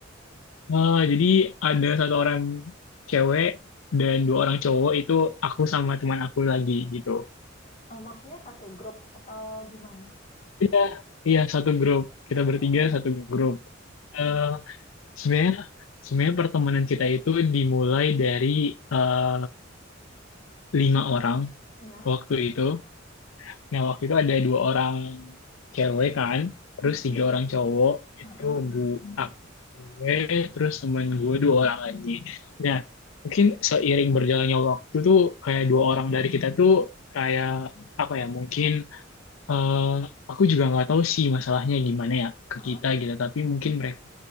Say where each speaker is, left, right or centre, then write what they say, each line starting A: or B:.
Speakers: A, on the left (about 85°); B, on the left (about 35°).
A: Eh, jadi ada satu orang cewek dan dua orang cowok itu aku sama teman aku lagi gitu.
B: Eh, maksudnya satu grup atau gimana?
A: Iya, iya satu grup. Kita bertiga
B: Oh,
A: satu grup. Eh
B: oh,
A: sebenarnya sebenarnya pertemanan kita itu dimulai dari eh, lima orang
B: ya,
A: waktu itu. Nah, waktu itu ada dua orang cewek kan, terus
B: mm
A: tiga orang cowok, itu
B: Ah.
A: gue, gue, terus temen gue dua orang lagi. Nah, mungkin seiring berjalannya waktu tuh, kayak dua orang dari kita tuh, kayak, apa ya, mungkin, eh, aku juga nggak tahu sih masalahnya gimana ya ke
B: Ah.
A: kita gitu, tapi mungkin mereka